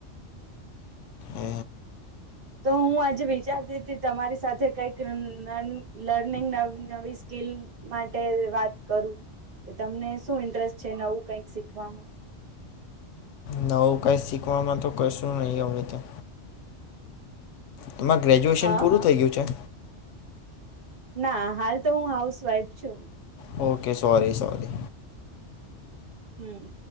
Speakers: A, on the left; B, on the right.
A: એ
B: તો હું આજે વિચારતી હતી તમારી સાથે કઈક લર્નિંગવી નવી. બલ માટે વાત કરું કે તમને શું ઇન્ટરેસ્ટ છે નવું કઈક શીખવામાં.
A: નવું કઈ શીખવામાં તો કશું નહીિ હવે તો તમારે ગ્રેજ્યુએશન
B: હા
A: પૂરું થઇ ગયું છે.
B: ના હાલ તો હું હાઉસવાઈફ છું.
A: Okay sorry sorry.
B: હમ.